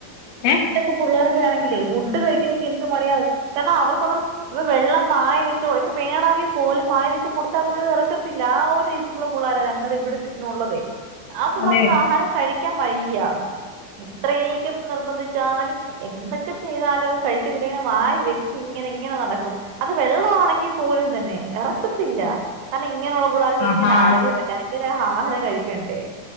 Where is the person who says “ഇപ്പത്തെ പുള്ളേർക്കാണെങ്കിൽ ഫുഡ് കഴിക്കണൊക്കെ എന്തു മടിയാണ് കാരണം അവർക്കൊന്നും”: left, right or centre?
Right